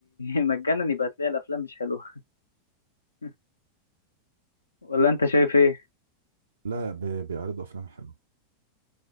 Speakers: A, on the left; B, on the right.
A: <laughs> مجانا يبقى تلاقي الأفلام مش حلوة <laughs> ولا أنت شايف إيه؟
B: لا بي- بيعرضوا افلام حلوة